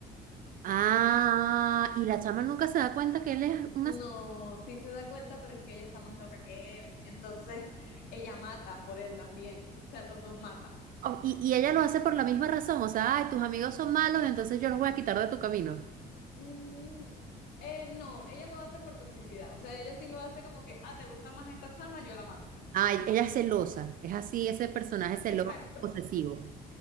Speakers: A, on the right (about 55°); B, on the left (about 75°).
A: Ah, y la chama nunca se da cuenta que él es una...
B: No, sí se da cuenta, pero es que ella está más loca que él. Entonces, ella mata por él también. O sea, los dos matan.
A: o- Y, y ella lo hace por la misma razón. O sea, ay, tus amigos son malos, entonces yo los voy a quitar de tu camino.
B: Mm, eh, no, ella lo hace por toxicidad. O sea, ella sí lo hace como que, ah, te gusta más esta chama, yo la mato.
A: Ay, ella es celosa. Es así, ese personaje celoso,
B: Exacto,
A: posesivo.